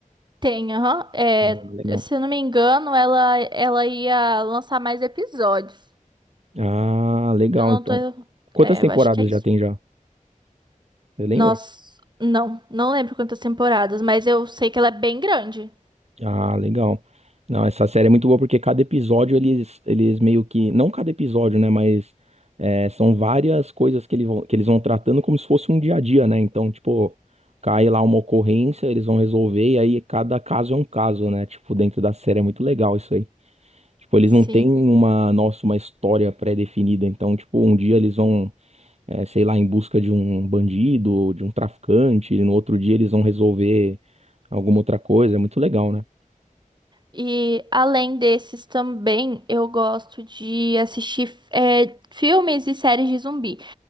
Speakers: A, on the right; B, on the right.
A: Tem, aham. É,
B: Ah, legal.
A: se eu não me engano, ela, ela ia lançar mais episódios.
B: Ah, legal,
A: Eu não
B: então.
A: tô.
B: Quantas
A: É,
B: temporadas
A: eu acho que é isso.
B: já tem já? Você lembra?
A: Nossa, não, não lembro quantas temporadas, mas eu sei que ela é bem grande.
B: Ah, legal. Não, essa série é muito boa porque cada episódio eles, eles meio que. Não cada episódio, né? Mas é, são várias coisas que, ele vão, que eles vão tratando como se fosse um dia a dia, né? Então, tipo, cai lá uma ocorrência, eles vão resolver, e aí cada caso é um caso, né? Tipo, dentro da série é muito legal isso aí. Tipo, eles
A: Sim.
B: não têm uma, nossa, uma história pré-definida. Então, tipo, um dia eles vão, é, sei lá, em busca de um bandido, de um traficante, e no outro dia eles vão resolver alguma outra coisa. É muito legal, né?
A: E além desses também, eu gosto de assistir é, filmes e séries de zumbi.